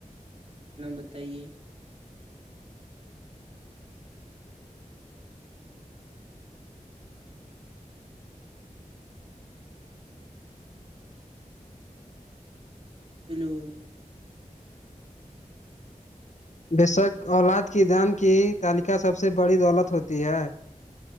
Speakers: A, on the right; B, on the left.
A: اپنا بتائیے ہیلو
B: بےشک اولاد کی دان کی تالکہ سب سے بڑی دولت ہوتی ہے